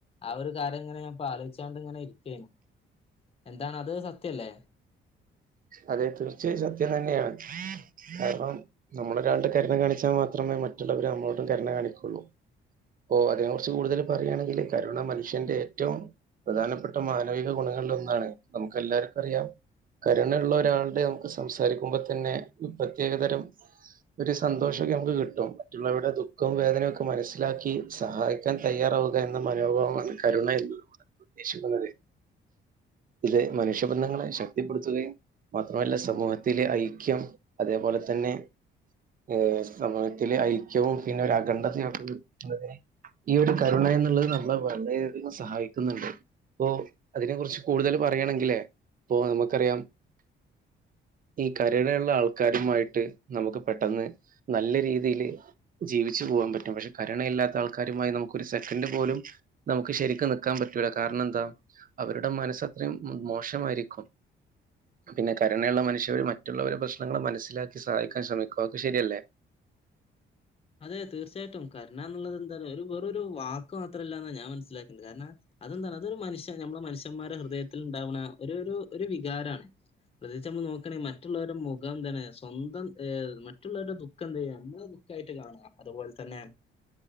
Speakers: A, on the left; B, on the right.
A: ആ ഒരു കാര്യം ഇങ്ങനെ ഞാനിപ്പൊ ആലോചിച്ചാണ്ടിങ്ങനെ ഇരിക്കുവാരുന്നു എന്താണ് അത് സത്യവല്ലേ
B: അതെ തീർച്ചയായും സത്യം തന്നെയാണ്. കാരണം നമ്മളൊരാൾടെ കരുണ കാണിച്ചാ മാത്രമേ മറ്റുള്ളവര് നമ്മളോടും കരുണ കാണിക്കൊള്ളൂ പ്പോ അതിനെ കുറിച്ച് കൂടുതല് പറയുവാണെങ്കിലെ കരുണ മനുഷ്യന്റെ ഏറ്റവും പ്രധാനപ്പെട്ട മാനവിക ഗുണ ങ്ങളിലൊന്നാണ് നമുക്കെല്ലാർക്കും അറിയാം കരുണ യുള്ള ഒരാൾടെ നമുക്ക് സംസാരിക്കുമ്പോ തന്നെ ഒരു പ്രത്യേകതരം ഒരു സന്തോഷൊക്കെ നമുക്ക് കിട്ടും മറ്റുള്ളവരുടെ ദുഃഖവും വേദനയും ഒക്കെ മനസ്സിലാക്കി സഹായിക്കാൻ തയ്യാറാ വുക എന്ന മനോഭാവമാണ് കരുണയിലൂടെ നമ്മള് ഉദ്ദേശിക്കുന്നത് ഇത് മനുഷ്യബന്ധങ്ങളെ ശക്തിപ്പെടുത്തുകയും മാത്രമല്ല സമൂഹത്തിലെ ഐക്യം അതേപോലെ തന്നെ ഏ സമൂഹത്തിലെ ഐക്യവും പിന്നെ ഒരു അഖണ്ഡതയും ഒക്കെ കൂട്ടുന്നതിന് ഈ ഒരു കരുണ എന്നുള്ളത് നമ്മളെ വളരെയധികം സഹായിക്കുന്നുണ്ട് ഇപ്പൊ അതിനെ കുറിച്ച് കൂടുതല് പറയുവാണെങ്കില് ഇപ്പൊ നമുക്കറിയാം ഈ കരുണയുള്ള ആൾക്കാരുമായിട്ട് നമുക്ക് പെട്ടെന്ന് നല്ല രീതിയില് ജീ വിച്ച് പോകാൻ പറ്റും പക്ഷെ കരുണ ഇല്ലാത്ത ആൾക്കാരുമായി നമുക്ക് ഒരു സെക്കൻ് പോലും നമുക്ക് ശരിക്ക് നിക്കാൻ പറ്റൂല്ല കാ കാരണം എന്താ അവരുടെ മനസ്സ് അത്രയും മോശമായിരിക്കും പിന്നെ കരുണയുള്ള മനുഷ്യര് മറ്റുള്ളവരുടെ പ്രശ്നങ്ങള് മനസ്സിലാക്കി സഹായിക്കാൻ ശ്രമിക്കും അതൊക്കെ ശരിയല്ലേ
A: അതെ തീർച്ചയായിട്ടും കരുണ എന്നുള്ളത് എന്താണ് ഒരു വെറും ഒരു വാക്ക് മാത്രം അല്ലാന്നാ ഞാൻ മനസ്സിലാക്കുന്നത് കാരണം അതെന്താണ് അതൊരു മനുഷ്യ നമ്മെ മനുഷ്യന്മാരുടെ ഹൃദയത്തിൽ ഉണ്ടാവുന്ന ഒരു ഒരു ഒരു വികാരമാണ് പ്രത്യേകിച്ച് നമ്മള് നോക്കണെ മറ്റുള്ളവരുടെ മുഖം എന്താണ് സ്വന്തം മറ്റുള്ളവരുടെ ദുഃഖം എന്ത് ചെയ്യാം നമ്മളുടെ ദുഖമായി ട്ട് കാണുക അതുപോലെ തന്നെ